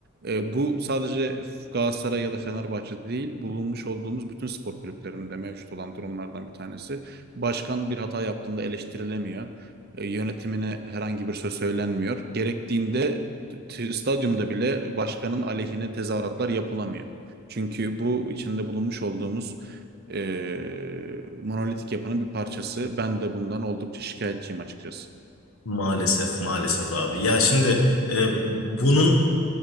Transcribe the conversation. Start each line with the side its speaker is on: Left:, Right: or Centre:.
Right: E, bu sadece Galatasaray ya da Fenerbahçe'de değil, bulunmuş olduğumuz bütün spor kulüplerinde mevcut olan durumlardan bir tanesi. Başkan bir hata yaptığında eleştirilemiyor. E, Yönetimine herhangi bir söz söylenmiyor. Gerektiğinde t- stadyumda bile başkanın aleyhine tezahüratlar yapılamıyor. Çünkü bu içinde bulunmuş olduğumuz e, monolitik yapının bir parçası. Ben de bundan oldukça şikayetçiyim açıkçası.
Left: Maalesef, maalesef abi. Ya şimdi e, bunun